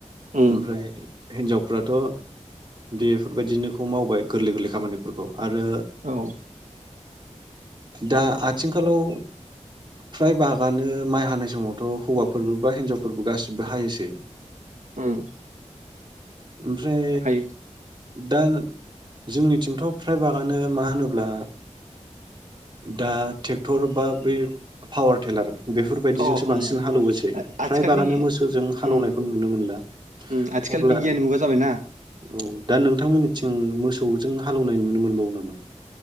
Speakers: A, on the right; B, on the right.
A: उम
B: ओमफ्राय हिनजावफ्राथ' बेफोरबायदिनोखौ मावबाय गोरलै गोरलै खामानिफोरखौ आरो
A: औ
B: दा आथिंखालाव फ्राय बागआनो माइ हानाय समावथ' हौवाफोरबो बा हिनजावफोरबो गासिबो हायोसै
A: उम
B: ओमफ्राय
A: हायो
B: दा जोंनिथिंथ' फ्रायभागानो मा होनोब्ला दा ट्रेक्टर बा बे पावार टेलार बेफोरबायदिजोंसो
A: अ उम
B: बांसिन हालौवोसै
A: आथिखालनि
B: फ्राय बागान मोसौजों हालेवनायखौ
A: उम
B: नुनो मोनला
A: उम आथिखाल
B: अब्ला
A: बिगियाननि मुगा जाबायना
B: औ दा नोंथांमोननिथिं मोसौजों हालौवनाय नुनो मोनबावो नामा?